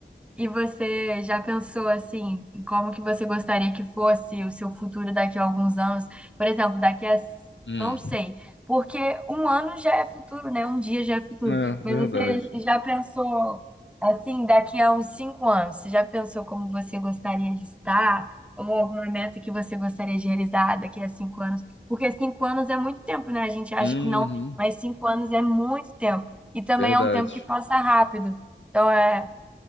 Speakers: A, in the centre; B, on the left.
A: E você já pensou assim, em como que você gostaria que fosse o seu futuro daqui a alguns anos? Por exemplo, daqui a,
B: Hum.
A: não sei, porque um ano já é futuro, né? Um dia já é futuro.
B: É,
A: Mas
B: verdade.
A: você já pensou assim, daqui a uns cinco anos? Você já pensou como você gostaria de estar? Ou alguma meta que você gostaria de realizar daqui a cinco anos? Porque cinco anos é muito tempo, né? A gente acha
B: Uhum,
A: que não, mas cinco anos é muito tempo. E também
B: verdade.
A: é um tempo que passa rápido. Então, é